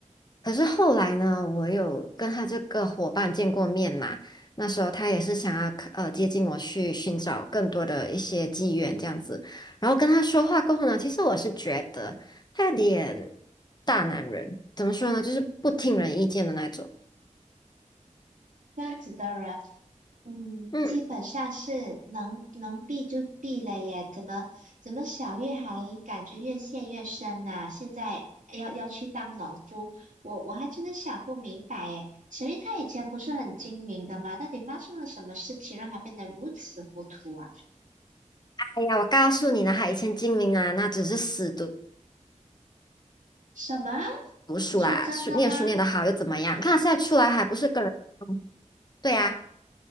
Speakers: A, on the left; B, on the right.
A: 可是后来呢，我有跟他这个伙伴见过面嘛，那时候他也是想要呃接近我去寻找更多的一些机缘这样子。然后跟他说话过后呢，其实我是觉得他有点大男人，怎么说呢，就是不听人意见的那种。
B: 这样子的人。嗯，
A: 嗯，
B: 基本上是能能避就避了耶，怎么怎么小玉还感觉越陷越深呐、现在要要去当农夫，我我还真的想不明白耶。小玉她以前不是很精明的吗？到底发生了什么事情让她变得如此糊涂啊？
A: 哎呀，我告诉你呢，他以前精明啊，那只是死读。
B: 什么？
A: 读书啦，
B: 你说真的吗？
A: 书念书念得好又怎么样？你看现在出来还不是个人，嗯对呀、